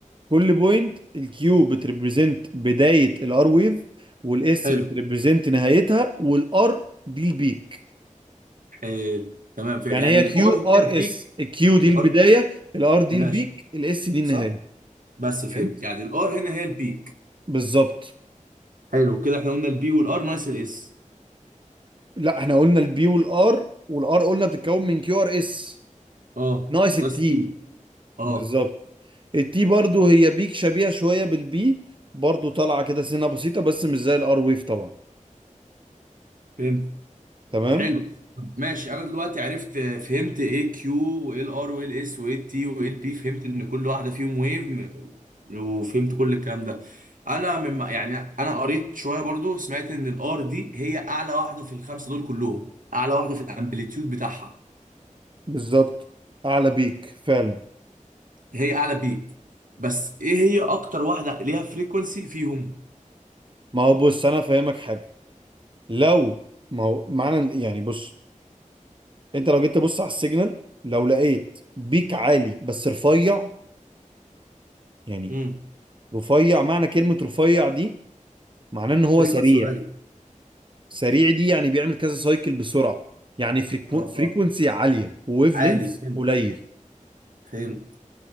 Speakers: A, on the right (about 40°); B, on the right (about 85°).
A: كل بوينت الكيو بتريبريزنت بداية الار ويف والاس
B: حلو
A: بتريبريزنت نهايتها والار دي البيك
B: حلو تمام في
A: يعني
B: يعني
A: هي
B: الار
A: كيو ار
B: هي البيك
A: اس الكيو دي
B: الار
A: البداية الار دي
B: ماشي
A: البيك الاس دي النهاية
B: صح بس فهمت
A: فهمت
B: يعني الار هنا هي البيك
A: بالظبط
B: حلو كده احنا قلنا البي والار ناقص الاس
A: لا احنا قلنا البي والار والار قلنا بتتكون من كيو ار اس
B: اه
A: ناقص التي
B: ناقص تي اه
A: بالظبط التي برضو هي بيك شبيهة شوية بالبي برضو طالعة كده سنة بسيطة بس مش زي الار ويف طبعا
B: فهمت
A: تمام
B: حلو طب ماشي انا دلوقتي عرفت فهمت ايه كيو وايه الار وايه الاس وايه التي وايه البي فهمت ان كل واحده فيهم ويف وفهمت كل الكلام ده انا من يعني انا قريت شويه برضو سمعت ان الار دي هي اعلى واحده في الخمسه دول كلهم اعلى واحده في الامبليتيود بتاعها
A: بالظبط اعلى بيك فعلا
B: هي اعلى بيك بس ايه هي اكتر واحده ليها فريكونسي فيهم
A: ما هو بص انا فاهمك حاجه لو ما هو معنى يعني بص انت لو جيت تبص على السيجنال لو لقيت بيك عالي بس رفيع يعني
B: امم
A: رفيع معنى كلمه رفيع دي معناه ان هو
B: فريكونسي
A: سريع
B: قليل
A: سريع دي يعني بيعمل كذا سايكل بسرعه يعني فريكو...
B: اه
A: فريكونسي عاليه وويف
B: عالي
A: لينس
B: فهمت
A: قليل
B: فهمت